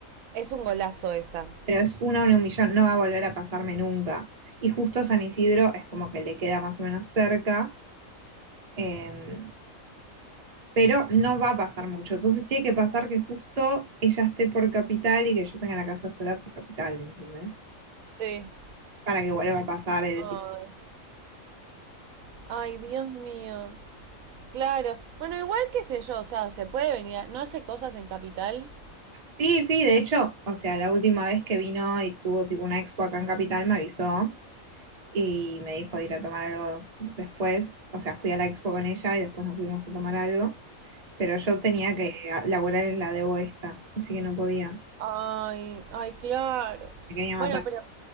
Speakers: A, on the right; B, on the right.
A: Es un golazo esa.
B: pero es una en un millón, no va a volver a pasarme nunca. Y justo San Isidro es como que le queda más o menos cerca, eh, pero no va a pasar mucho. Entonces tiene que pasar que justo ella esté por capital y que yo tenga la casa sola por capital, ¿entendés?
A: Sí.
B: Para que vuelva a pasar el tipo.
A: Ay, ay, Dios mío. Claro. Bueno, igual qué sé yo, o sea, se puede venir a- ¿No hace cosas en Capital?
B: Sí, sí, de hecho, o sea, la última vez que vino y tuvo tipo una expo acá en Capital me avisó y me dijo de ir a tomar algo después, o sea, fui a la expo con ella y después nos fuimos a tomar algo pero yo tenía que a- laburar en la de esta, así que no podía,
A: Ay, ay, claro.
B: me quería matar.
A: Bueno, pero,